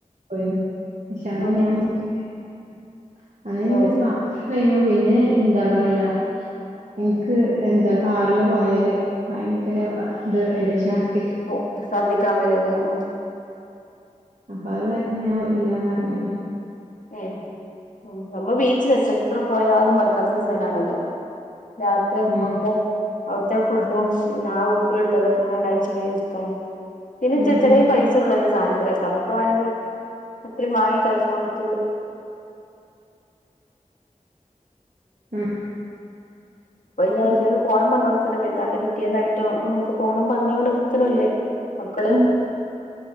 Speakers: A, on the right (about 60°); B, on the left (about 70°).
A: പോയീനി പക്ഷേ അന്ന്
B: ഉം ഉം
A: ഞാൻ പോയിട്ടില്ലെനി <unintelligible> <unintelligible>
B: ഉം
A: പിന്നെ എന്താ പറയാ ന്ക്ക് എന്താ കാറിൽ പോയാൽ ഭയങ്കര ത് ശർദ്ധി
B: ഓ ശർദ്ധിക്കാൻ വരൂലേ ഉം
A: അപ്പൊ അത് ഞാൻ ഓ ഇല്ലാന്നറിഞ്ഞീനി
B: ങേ <unintelligible> രസാ എത്ര പോയാലും മടുക്കാത്ത ഒരു സ്ഥലാണല്ലോ യാത്രേം
A: ഉം
B: ഫുഡും അവ്‌ടത്തെ ആ ഫുഡും പിന്നെ ആ ഉപ്പിലിട്ടതും ഒക്കെങ്ങനെ കഴിച്ച്ങ്ങനെ ഇരിക്കാൻ പിന്നെ
A: ഉം
B: ചെറ്യേ ചെറ്യേ
A: ഉം
B: പൈസള്ളു ല്ലോ സാനം രസാ നമ്മക്ക്വാണെങ്കി എത്രേം വാങ്ങി കഴിക്കാം പറ്റും അതെ
A: ഉം
B: ഇപ്പം ഞാൻ
A: ഉം
B: അയ്ച്ചെന്ന് പോണം പറഞ്ഞോണം പെരുന്നാളിന്റെ പിറ്റേന്നായിട്ടോ നിങ്ങ്ക്ക് പോണംന്ന് പറഞ്ഞോണ്ട് നിക്കണണ്ട് മക്കള്
A: ഉം